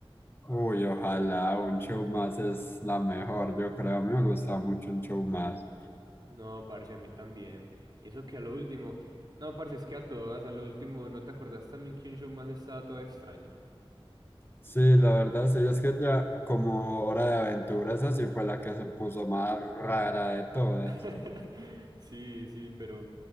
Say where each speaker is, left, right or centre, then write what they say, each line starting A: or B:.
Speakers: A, on the left; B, on the right.
A: Uy, ojalá, un show más es la mejor, yo creo, a mí me gusta mucho un show más.
B: No, parce, a mí también. Y eso que a lo último. No, parce, es que a todas, a lo último, ¿no te acordás también que un show más estaba toda extraña?
A: Sí, la verdad, sí, es que ya como Hora de Aventura, esa sí fue la que se puso más rara de todas.
B: <laughs> Sí, sí, pero,